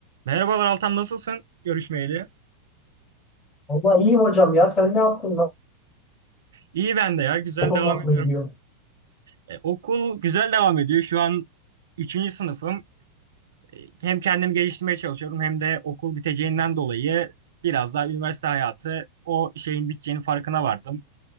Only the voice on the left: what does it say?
Vallahi iyi hocam ya. Sen ne yaptın lan?
Okul
nasıl
gidiyor?